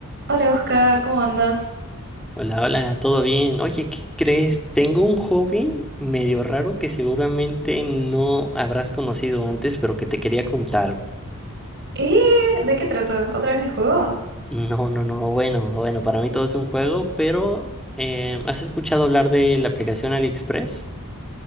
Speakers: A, on the right (about 50°); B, in the centre.
A: Hola Oscar, ¿cómo andas?
B: Hola, hola, ¿todo bien? Oye, ¿qué crees? Tengo un hobby medio raro que seguramente no habrás conocido antes, pero que te quería contar.
A: ¿Eh? ¿De qué trata? ¿Otra vez de juegos?
B: No, no, no, bueno, bueno, para mí todo es un juego, pero eh, ¿has escuchado hablar de la aplicación AliExpress?